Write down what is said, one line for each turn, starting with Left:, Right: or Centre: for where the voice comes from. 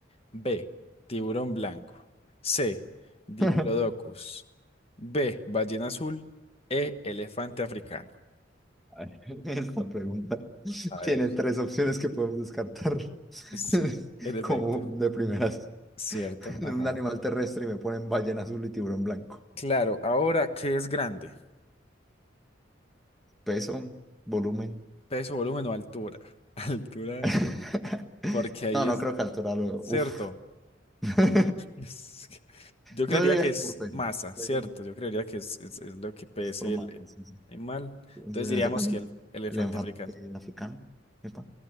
Left: B. Tiburón blanco. C. Diplodocus.
Centre: <laughs>
Left: B. Ballena azul. E. Elefante africano.
Centre: A ver, <laughs> Esta pregunta
Left: A
Centre: tiene
Left: ver.
Centre: tres opciones que podemos descartar. <laughs>
Left: Sí, en efecto.
Centre: Como de primeras, <laughs>
Left: Cierto,
Centre: de
Left: ajá.
Centre: un animal terrestre y me ponen ballena azul y tiburón blanco.
Left: Claro, ahora, ¿qué es grande?
Centre: Peso, volumen.
Left: Peso, volumen o altura. <laughs> Altura,
Centre: <laughs>
Left: porque ahí
Centre: No, no
Left: es
Centre: creo que altura lo.
Left: cierto.
Centre: Uf. <laughs>
Left: <laughs> Es que- Yo creería
Centre: No diría
Left: que es
Centre: que por peso.
Left: masa,
Centre: Peso
Left: ¿cierto? Yo creería que es, es- es lo que pese
Centre: es por más.
Left: el el
Centre: sí, sí.
Left: animal.
Centre: Entonces,
Left: Entonces
Centre: en
Left: diríamos
Centre: ese caso,
Left: que el elefante
Centre: el enfate
Left: africano.
Centre: africano. epa.